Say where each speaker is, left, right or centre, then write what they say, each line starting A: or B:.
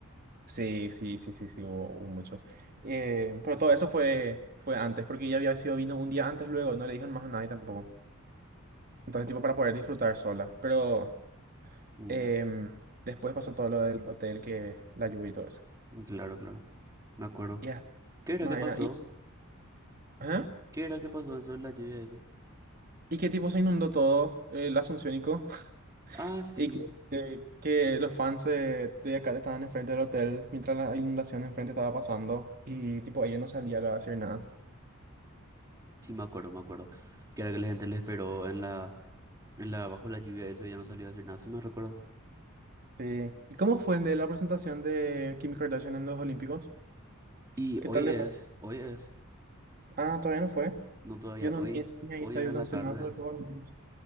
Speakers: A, on the right; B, on the right.
A: sí, sí, sí, sí, sí, hubo, hubo mucho. Eh, pero todo eso fue, fue antes, porque ella había sido vino un día antes luego, no le dijeron más a nadie tampoco. Entonces tipo para poder disfrutar sola, pero
B: Mm,
A: em, después pasó todo lo del hotel, que la lluvia y todo eso.
B: Claro, claro. Me acuerdo.
A: Ya,
B: ¿Qué era
A: Maena.
B: que pasó?
A: ¿Y, ajá.
B: ¿Qué era que pasó eso en la lluvia de eso?
A: ¿Y qué tipo se inundó todo eh, el Asunciónico? <laughs>
B: Ah, sí.
A: ¿Y que, eh, que los fans de, de acá estaban enfrente del hotel mientras la inundación de enfrente estaba pasando? Y tipo, ella no salía a hacer nada.
B: Sí, me acuerdo, me acuerdo. Que era que la gente le esperó en la En la, bajo la lluvia, eso ya no salió a hacer nada, sí me recuerdo.
A: Sí. ¿Y cómo fue de la presentación de Kim Kardashian en los Olímpicos?
B: Y
A: ¿Qué
B: hoy
A: tal
B: es,
A: le fue?
B: hoy es,
A: Ah, todavía no fue.
B: no todavía,
A: Yo no
B: hoy,
A: ni, ni ahí
B: hoy
A: está,
B: a
A: yo no
B: la
A: sé
B: tarde
A: nada sobre
B: es.
A: los Juegos Olímpicos.